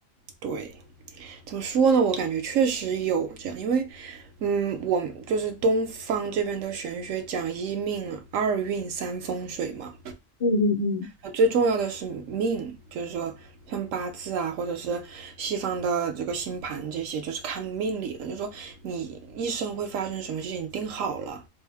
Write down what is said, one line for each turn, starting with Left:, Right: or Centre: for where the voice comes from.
Right: 对。怎么说呢？我感觉确实有这样，因为，嗯，我就是东方这边的玄学讲一命啊、二运、三风水嘛，
Left: 嗯嗯嗯
Right: 呃最重要的是命，就是说像八字啊，或者是西方的这个星盘这些，就是看命理的，就是说你一生会发生什么事情，你定好了，